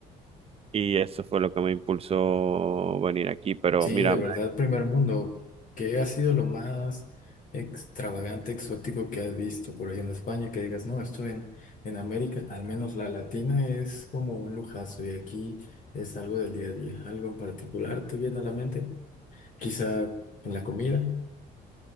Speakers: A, on the right; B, on the left.
A: Y eso fue lo que me impulsó venir aquí. Pero
B: Sí,
A: mira,
B: de verdad, primer mundo. ¿Qué ha sido lo más extravagante, exótico que has visto por ahí en España? Que digas, no, esto en, en América, al menos la latina, es como un lujazo y aquí es algo del día a día. ¿Algo en particular te viene a la mente? Quizá en la comida.